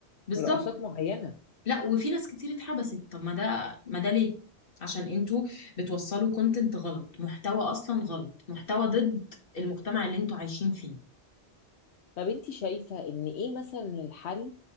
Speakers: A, on the left (about 55°); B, on the left (about 80°).
A: بالظبط
B: رقصات معينه
A: لا وفي ناس كتير اتحبست طب ما ده ما ده ليه عشان انتوا بتوصلوا كونتنت غلط محتوى اصلا غلط محتوى ضد المجتمع اللي انتوا عايشين فيه
B: طب انت شايفة ان ايه مثلا الحل